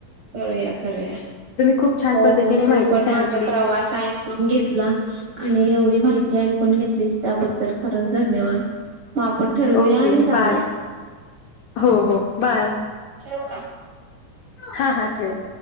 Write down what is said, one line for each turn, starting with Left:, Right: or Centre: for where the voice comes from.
Right: करूया करूया
Left: खूप छान
Right: हो
Left: पद्धतीने
Right: हो
Left: माहिती
Right: तू पण
Left: सांगितली
Right: माझ प्रवास ऐकून घेतला - लास आणि एवढी माहिती ऐकून घेतली त्याबद्दल खरच धन्यवाद म आपण ठरवूया
Left: ओके
Right: आणि जाऊया
Left: बाय हो हो बाय
Right: ठेवू का
Left: हा हा ठेवा